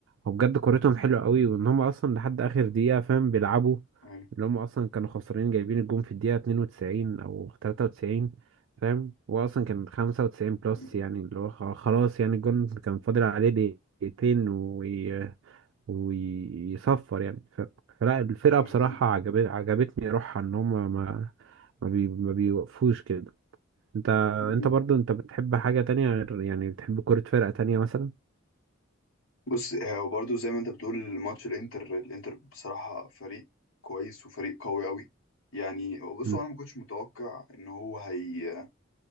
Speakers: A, on the right (about 65°); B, on the left (about 80°).
A: هو بجد كورتهم حلوه قوي وان هم اصلا لحد اخر دقيقه فاهم بيلعبوا
B: أيوة.
A: اللي هم اصلا كانوا خسرانين جايبين الجون في الدقيقه 92 او 93 فاهم هو اصلا كان 95 بلس
B: مم.
A: يعني اللي هو خ- خلاص يعني الجون كان فاضل عليه دقيقتين وي... ويصفر يعني ف... فلا الفرقه
B: أيوة.
A: بصراحه عجبت عجبتني روحها ان هم ما ما, بي... ما بيوقفوش كده انت
B: مم.
A: انت برضو انت بتحب حاجة تانية غير يعني بتحب كرة فرقة تانية مثلا
B: بص آه، وبرضه زي ما انت بتقول ماتش الانتر الانتر بصراحة فريق كويس وفريق قوي قوي يعني بصوا
A: مم.
B: انا ما كنتش متوقع ان هو هي